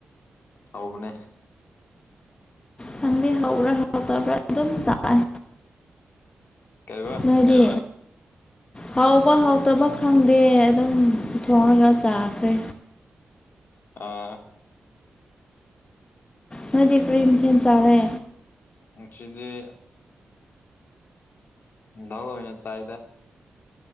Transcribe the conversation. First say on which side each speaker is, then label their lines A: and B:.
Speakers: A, on the left; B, on the left.
A: ꯍꯥꯎꯕꯅꯦ
B: ꯈꯪꯗꯦ ꯍꯧꯕ꯭ꯔꯥ ꯍꯧꯗꯕ꯭ꯔꯥ ꯑꯗꯨꯝ ꯆꯥꯛ
A: ꯀꯩꯕ
B: ꯃꯗꯤ ꯍꯥꯎꯕ ꯍꯥꯎꯇꯕ ꯈꯪꯗꯦ ꯑꯗꯨꯝ ꯊꯣꯡꯉꯒ ꯆꯥꯈ꯭ꯔꯦ
A: ꯑꯥ
B: ꯃꯗꯤ ꯄ꯭ꯔꯔꯤꯝ ꯊ ꯆꯥꯂꯦ
A: ꯁꯤꯗꯤ ꯗꯥꯜ ꯑꯣꯏꯅ ꯆꯥꯏꯗ